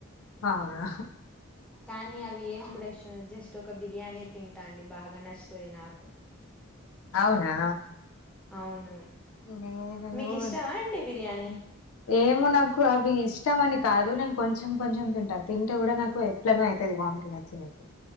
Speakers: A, on the left; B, in the centre.
A: అవునా
B: కానీ అవి ఏం కూడా ఇష్టలే జస్ట్ ఒక బిర్యానీ తింటా అండి బాగా నచ్చుతది నాకు
A: అవునా
B: అవును
A: నేను
B: మీకీష్టమా అండి బిర్యానీ
A: ఏమో నాకు అవి ఇష్టం అని కాదు నేన్ కొంచెం కొంచెం తింటా తిం టె కూడా నాకు ఎట్లనో అయితది వామిటింగ్ వచ్చినట్టు